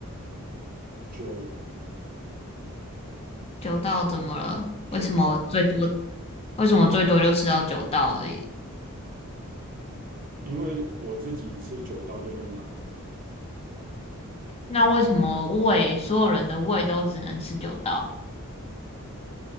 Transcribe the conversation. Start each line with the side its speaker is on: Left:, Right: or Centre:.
Right: 九
Left: 九道怎么了？
Right: 九到，
Left: 为什么最多？为什么最多就吃到九道而已？
Right: 因为我自己吃九刀就会满了，
Left: 那为什么胃所有人的胃都只能吃九道？